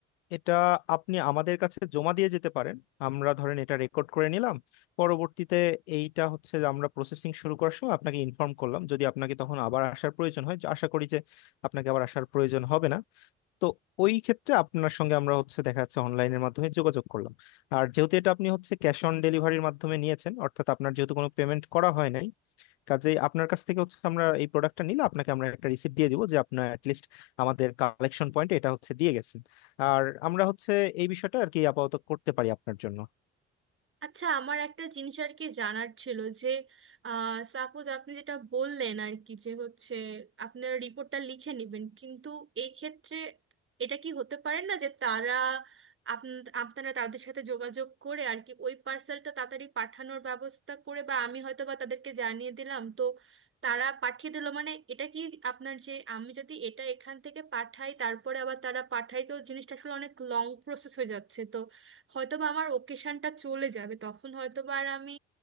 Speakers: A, on the left (about 80°); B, on the right (about 35°).
A: এটা আপনি আমাদের কাছে জমা দিয়ে যেতে পারেন আমরা ধরেন এটা রেকর্ড করে নিলাম পরবর্তীতে এইটা হচ্ছে যে আমরা প্রসেসিং শুরু করার সময় আপনাকে ইনফর্ম করলাম যদি আপনাকে তখন আবার আসার প্রয়োজন হয় যা আশা করি যে আপনাকে আবার আসার প্রয়োজন হবে না তো ওই ক্ষেত্রে আপনার সঙ্গে আমরা হচ্ছে দেখা যাচ্ছে অনলাইনের মাধ্যমে যোগাযোগ করলাম আর যেহেতু এটা আপনি হচ্ছে ক্যাশ অন ডেলিভারির মাধ্যমে নিয়েছেন অর্থাৎ আপনার যেহেতু কোনো পেমেন্ট করা হয়নি কাজেই আপনার কাছ থেকে হচ্ছে আমরা এই প্রোডাক্টটা নিলে আপনাকে আমরা একটা রিসিপ্ট দিয়ে দিব যে আপনার অ্যাটলিস্ট আমাদের কালেকশন পয়েন্টে এটা হচ্ছে দিয়ে গেছেন আর আমরা হচ্ছে এই বিষয়টা আর কি আপাতত করতে পারি আপনার জন্য
B: আচ্ছা আমার একটা জিনিস আর কি জানার ছিল যে সাপোজ আপনি যেটা বললেন আর কি যে হচ্ছে আপনারা রিপোর্টটা লিখে নেবেন কিন্তু এই ক্ষেত্রে এটা কি হতে পারে না যে তারা আপন- আপনারা তাদের সাথে যোগাযোগ করে আর কি ওই পার্সেলটা তাড়াতাড়ি পাঠানোর ব্যবস্থা করে বা আমি হয়তো বা তাদেরকে জানিয়ে দিলাম তো তারা পাঠিয়ে দিলো মানে এটা কি আপনার যে আমি যদি এটা এখান থেকে পাঠাই তারপরে আবার তারা পাঠাই তো জিনিসটা আসলে অনেক লং প্রসেস হয়ে যাচ্ছে তো হয়তো বা আমার ওকেশনটা চলে যাবে তখন হয়তো বা আর আমি